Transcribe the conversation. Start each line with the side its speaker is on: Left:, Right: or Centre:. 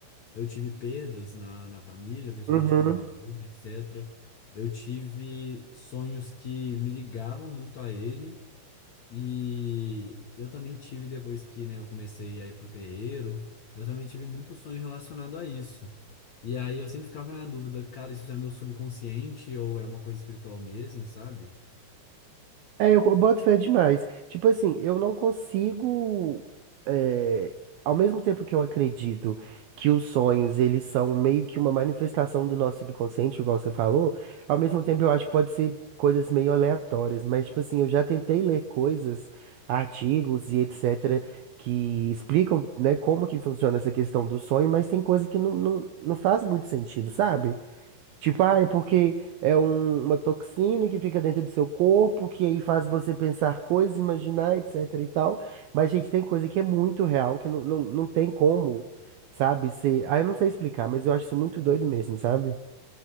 Left: Eu tive perdas na, na família, principalmente
Right: Uhum.
Left: com meu avô, etc. Eu tive sonhos que me ligavam muito a ele e eu também tive, depois que, né, eu comecei a ir pro terreiro, eu também tive muito sonho relacionado a isso. E aí eu sempre ficava na dúvida, cara, isso é meu subconsciente ou é uma coisa espiritual mesmo, sabe?
Right: É, eu co- boto fé demais. Tipo assim, eu não consigo. é, ao mesmo tempo que eu acredito que os sonhos, eles são meio que uma manifestação do nosso subconsciente, igual você falou, ao mesmo tempo eu acho que pode ser coisas meio aleatórias. Mas, tipo assim, eu já tentei ler coisas, artigos e etc., que explicam, né, como que funciona essa questão do sonho, mas tem coisa que não, não, não faz muito sentido, sabe? Tipo, ah, é porque é um- uma toxina que fica dentro do seu corpo, que aí faz você pensar coisas, imaginar, etc e tal. Mas, gente, tem coisa que é muito real, que não, não, não tem como, sabe? Ser... Ah, eu não sei explicar, mas eu acho isso muito doido mesmo, sabe?